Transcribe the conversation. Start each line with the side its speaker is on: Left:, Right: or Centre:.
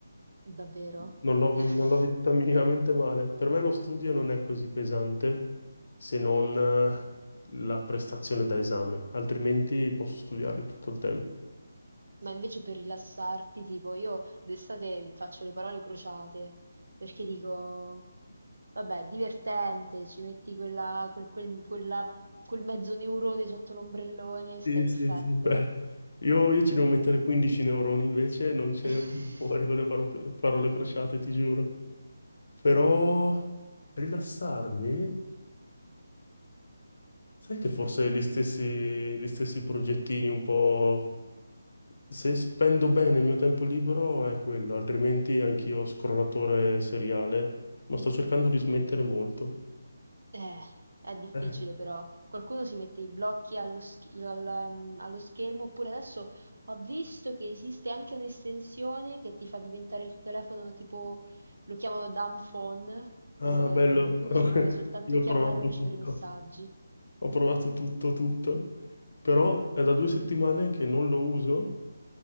Right: Davvero?
Left: Non l'ho non
Right: <laughs>
Left: l'ho vissuta minimamente male. Per me lo studio non è così pesante se non eh, la prestazione da esame, altrimenti posso studiare tutto il tempo.
Right: Ma invece per rilassarti, tipo, io d'estate faccio le parole crociate, perché dico, vabbè, divertente, ci metti quella- quel, quel- quella- quel mezzo neurone sotto l'ombrellone, stai
Left: Sì,
Right: perfetto.
Left: sì, sì, bello. Io, io ci devo mettere 15 neuroni invece, non ce
Right: <laughs>
Left: ne vengono fuori con le parole, parole crociate, ti giuro. Però rilassarmi, sai che forse gli stessi, gli stessi progettini un po' Se spendo bene il mio tempo libero è quello, altrimenti anch'io scrollatore seriale, ma sto cercando di smettere molto.
Right: Eh, è difficile
Left: Eh.
Right: però. Qualcuno si mette i blocchi allo, sch- al- ehm, allo schermo, oppure adesso ho visto che esiste anche un'estensione che ti fa diventare il telefono tipo, lo chiamano dumb phone,
Left: Ah,
Right: ehm,
Left: bello,
Right: quindi
Left: <laughs>
Right: ci puoi soltanto
Left: io
Right: chiamare
Left: ho provato
Right: o ricevere
Left: tutto,
Right: messaggi.
Left: ho provato tutto, tutto, però è da due settimane che non lo uso,